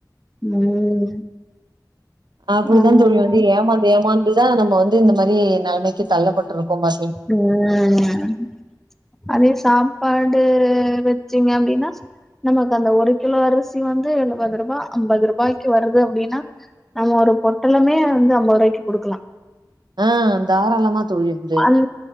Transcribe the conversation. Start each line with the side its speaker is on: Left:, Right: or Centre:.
Centre: ம்
Right: அப்டித்தா
Centre: ம்
Right: தோழி வந்து ஏமாந்து ஏமாந்துதா நம்ம வந்து இந்த மாரி நெலமக்கி தள்ளப்பட்டுருக்கோ பா
Centre: ம் அதே சாப்பாடு வச்சிங்க அப்டின்னா நமக்கு அந்த ஒரு கிலோ அரிசி வந்து எழுபது ருபா அம்பது ருபாய்க்கு வருது அப்டின்னா நம்ம ஒரு பொட்டலமே வந்து அம்பது ரூபாய்க்கு குடுக்கலா
Right: அ தாராளமா தோழி உண்டு
Centre: அந்